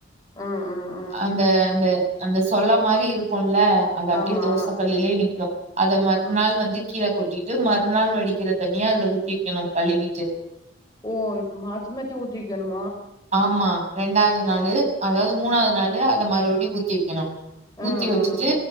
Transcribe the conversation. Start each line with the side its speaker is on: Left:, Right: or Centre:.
Left: ம் ம் ம்
Right: அன்டு அந்த அந்த சொல்ல மாரி இருக்கும் ல அது அப்டியே
Left: ஆமா
Right: தோச கல்லுலே நிக்கிம் அத மறுநாள்
Left: ம்
Right: வந்து கீழ கொட்டி டு மறுநாள் வடிக்கிற தண்ணிய அதுல ஊத்தி வக்கணு கழுவிட்டு
Left: ஓ இப் மாத்தி மாத்தி ஊத்தி வக்கணு
Right: ஆமா ரெண்டாது நாளு அதாது மூணாது நாளு அத மறுடியு ஊத்தி வக்கணு
Left: ம்
Right: ஊத்தி வச்சுட்டு
Left: ம்